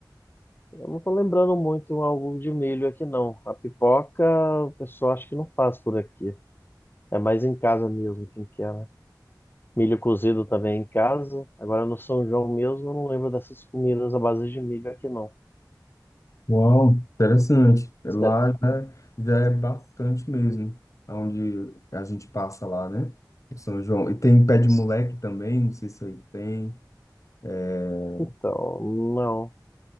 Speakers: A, on the left; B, on the left.
A: Eu não tô lembrando muito algo de milho aqui, não. A pipoca, o pessoal acho que não faz por aqui. É mais em casa mesmo quem quer, né? Milho cozido também em casa. Agora no São João mesmo, eu não lembro dessas comidas à base de milho aqui, não.
B: Uau, interessante. Lá
A: Cê-
B: já, já é bastante mesmo, onde a gente passa lá, né? Em São João. E tem pé de moleque também, não sei se aí tem. é,
A: Então, não.